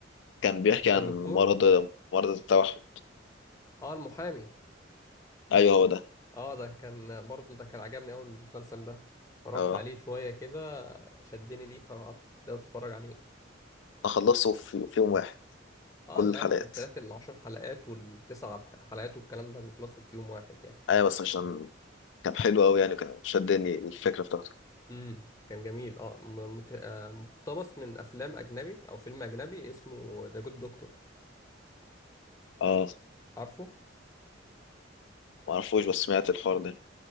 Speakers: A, on the left; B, on the left.
A: كان بيحكي عن
B: كان دكتور
A: مرض مرض التوحد
B: اه المحامي
A: ايوه هو ده
B: اه ده كان برضو ده كان عجبني اول المسلسل ده اتفرجت
A: اه
B: عليه شوية كده شدني ليه فقعدت اتفرج عليه
A: اخلصه في, في يوم واحد
B: اه
A: كل
B: لا
A: الحلقات
B: المسلسلات العشر حلقات والتسع حلقات والكلام ده بيخلصوا في يوم واحد يعني
A: ايوه بس عشان كان حلو قوي يعني كان شدني الفكره بتاعته
B: امم كان جميل اه م- مت... آه، مقتبس من افلام اجنبي او فيلم اجنبي اسمه ذا جود دكتور
A: اه
B: عارفه
A: معرفوش بس سمعت الحوار ده